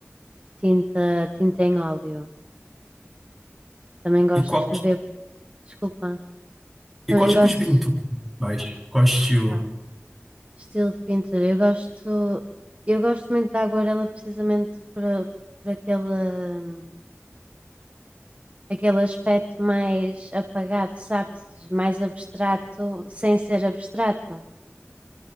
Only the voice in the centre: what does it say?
E qual,
e qual tipo
de pintura
você faz? Qual estilo?